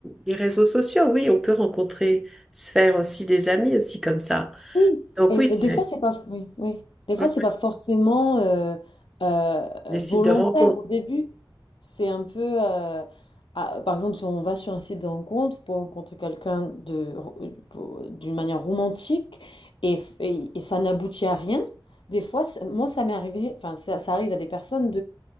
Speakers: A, in the centre; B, on the left.
A: les réseaux sociaux oui on peut rencontrer se faire aussi des amis aussi comme ça
B: Oui,
A: donc
B: et,
A: oui
B: et des
A: c'est
B: fois c'est pas oui, oui. Des fois
A: ouais,
B: c'est pas forcément euh, euh,
A: des
B: volontaire
A: sites de rencontre
B: au début. C'est un peu euh, ah, par exemple si on va sur un site de rencontre pour rencontrer quelqu'un de pour- d'une manière romantique et, f- et- et ça n'aboutit à rien. Des fois c'est- moi ça m'est arrivé enfin ça, ça arrive à des personnes